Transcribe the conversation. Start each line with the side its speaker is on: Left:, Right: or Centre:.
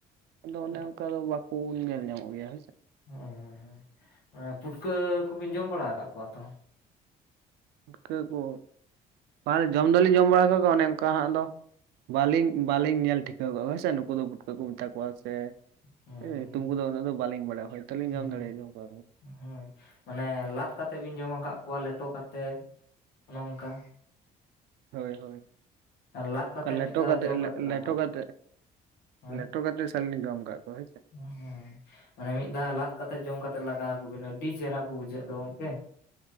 Right: ᱟᱫᱚ ᱚᱱᱮ
Left: ᱦᱳᱭ
Right: ᱚᱱᱠᱟ ᱫᱚ ᱵᱟᱠᱚ ᱧᱮᱞ ᱧᱟᱢᱚᱜ ᱜᱮᱭᱟ
Left: ᱦᱮᱸ ᱦᱮᱸ ᱦᱸ ᱚᱱᱟ ᱯᱷᱩᱴᱠᱟᱹ ᱠᱚᱵᱤᱱ ᱡᱚᱢ ᱵᱟᱲᱟ ᱟᱠᱟᱫ ᱠᱚᱣᱟ ᱛᱚ
Right: ᱯᱩᱴᱠᱟᱹ ᱠᱚ ᱵᱟᱦ ᱡᱚᱢ ᱫᱚᱞᱤᱧ ᱡᱚᱢ ᱵᱟᱲᱟ ᱠᱟᱜ ᱠᱚᱣᱟ ᱚᱱᱮ ᱚᱱᱠᱟ ᱦᱟᱸᱜ ᱫᱚ ᱵᱟᱹᱞᱤᱧ ᱵᱟᱹᱞᱤᱧ ᱧᱮᱞ ᱴᱷᱤᱠᱟᱹ ᱠᱚᱟᱜᱼᱟ ᱦᱮᱭᱥᱮ ᱱᱩᱠᱩ ᱫᱚ ᱯᱷᱩᱴᱠᱟᱹ ᱠᱚ ᱢᱮᱛᱟ ᱠᱚᱣᱟ ᱥᱮ
Left: ᱦᱳᱭ
Right: ᱧᱩᱛᱩᱢ ᱠᱚ ᱫᱚ ᱩᱱᱟᱹ ᱫᱚ ᱵᱟᱞᱤᱧ ᱵᱟᱟᱭ ᱦᱚᱳ ᱭ ᱛᱚᱞᱤᱧ
Left: ᱦᱳᱭ
Right: ᱡᱟᱢ ᱫᱟᱲᱮᱭᱟᱜᱼᱟ ᱚᱱᱠᱟ
Left: ᱦᱳᱭ ᱢᱟᱱᱮ ᱞᱟᱫ ᱠᱟᱛᱮᱫ ᱵᱤᱱ ᱡᱚᱢ ᱟᱠᱟᱫ ᱠᱚᱣᱟ ᱞᱮᱴᱚ ᱠᱟ ᱠᱟᱛᱮᱜ ᱚᱱᱮ ᱚᱱᱠᱟ
Right: ᱦᱚᱭ
Left: ᱞᱟᱫ ᱠᱟᱛᱮᱜ
Right: ᱦᱚᱭ ᱞᱮᱴᱚ
Left: ᱢᱤᱫ ᱫᱷᱟᱣ
Right: ᱠᱟᱛᱮᱫ
Left: ᱡᱚᱢ ᱠᱟᱛᱮ ᱞᱟᱜᱟᱣ
Right: ᱞᱮᱴᱚ ᱠᱟᱛᱮᱫ
Left: ᱦᱳᱭ
Right: ᱞᱮᱴᱚ ᱠᱟᱛᱮᱫ ᱟᱞᱤᱧ ᱡᱚᱢ ᱟᱠᱟᱫ ᱠᱚ ᱦᱚᱭ ᱥᱮ
Left: ᱦᱮᱸ ᱢᱟᱱᱮ ᱢᱤᱫ ᱫᱷᱟᱣ ᱞᱟᱫ ᱠᱟᱛᱮᱫ ᱡᱚᱢ ᱠᱟᱛᱮ ᱞᱟᱜᱟᱣᱚᱵᱤᱱ ᱟᱹᱰᱤ ᱪᱮᱦᱨᱟ ᱠᱚ ᱵᱩᱡᱷᱟᱹᱜ ᱫᱚ ᱜᱚᱝᱠᱮ